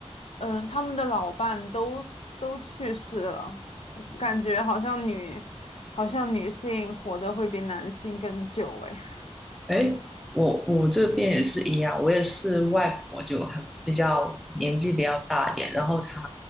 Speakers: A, on the left (about 65°); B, in the centre.
A: 嗯，她们的老伴都都去世了。我感觉好像女，好像女性活得会比男性更久诶。<laughs>
B: 哎，我我这边也是一样，我也是外婆就很比较年纪比较大一点，然后她